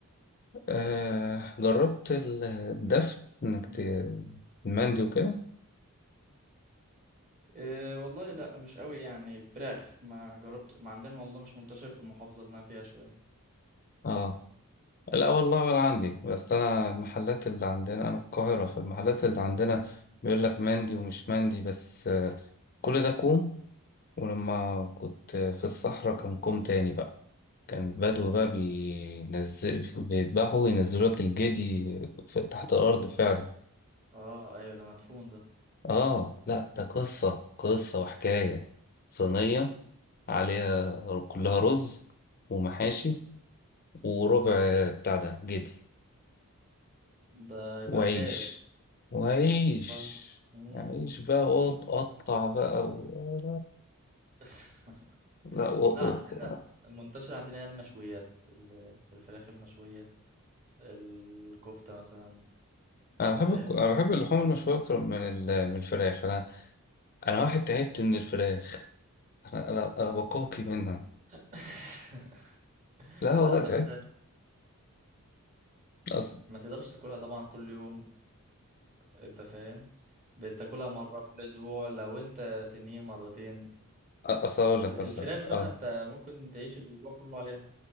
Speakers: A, on the left (about 40°); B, on the right (about 35°).
A: آه جربت ال- الدفن انك
B: مم.
A: ت- المندي وكده
B: إيه والله لا مش قوي يعني فراخ ما جربت ما عندنا الموضوع ده مش منتشر في المحافظة اللي أنا فيها شوية
A: اه لا والله ولا عندي بس انا المحلات اللي عندنا انا في القاهرة فالمحلات اللي عندنا بيقول لك مندي ومش مندي بس كل ده كوم ولما كنت في الصحراء كان كوم تاني بقى كان بدو بقى بينزل بيذبحوا وينزلوا لك الجدي في- تحت الأرض فعلا
B: اه ايوه ده مدفون ده
A: آه لا ده قصة قصة وحكاية صينية عليها كلها رز ومحاشي وربع بتاع ده جدي
B: ده يبقى
A: وعيش
B: حكايه ده
A: وعيش
B: آه. مم.
A: عيش بقى وقعد قطع بقى و...
B: <laughs>
A: لا و...
B: لا عندنا المنتشر عندنا هي المشويات ال- الفراخ المشويه الكفته مثلا
A: انا
B: انت
A: بحب
B: فاهم
A: الك- انا بحب اللحوم المشويه اكتر من ال- من الفراخ انا انا واحد تعبت من الفراخ انا انا انا بقوقي منها
B: <laughs>
A: لا والله
B: لا بس
A: تعبت اصل
B: ما تقدرش تاكلها طبعا كل يوم انت فاهم بتاكلها مرة في الأسبوع لو انت تنين مرتين
A: اصل اقول
B: ال-
A: لك مثلا
B: الفراخ بقى
A: اه
B: انت ممكن تعيش الأسبوع كله عليها